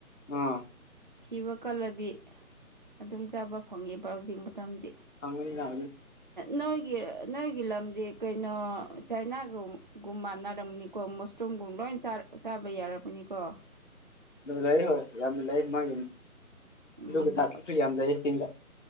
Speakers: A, on the left (about 55°); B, on the right (about 35°).
A: ꯑꯥ
B: ꯊꯤꯕ ꯀꯜꯂꯗꯤ ꯑꯗꯨꯝ ꯆꯥꯕ ꯐꯪꯉꯦꯕ ꯍꯧꯖꯤꯛ ꯃꯇꯝꯗꯤ
A: ꯍꯪꯅ
B: ꯅꯣꯏ ꯅ ꯅꯣꯏꯒꯤ ꯂꯝꯗꯤ ꯀꯩꯅꯣ ꯆꯥꯏꯅꯥꯒꯨꯝꯒꯨꯝ ꯃꯥꯟꯅꯔꯝꯅꯤꯀꯣ ꯃꯣꯁꯇꯣꯝꯒꯨꯝꯕꯗꯣ ꯂꯣꯏ ꯆꯥꯕ ꯌꯥꯛꯄꯅꯤꯀꯣ
A: ꯑꯗꯨ ꯂꯩ ꯍꯣꯏ ꯌꯥꯝꯅ ꯂꯩ ꯃꯥꯒꯤ
B: ꯎꯝ
A: ꯑꯗꯨꯒ ꯇꯥꯛꯇꯁꯨ ꯌꯥꯝ ꯂꯩ ꯆ ꯆꯤꯡꯗ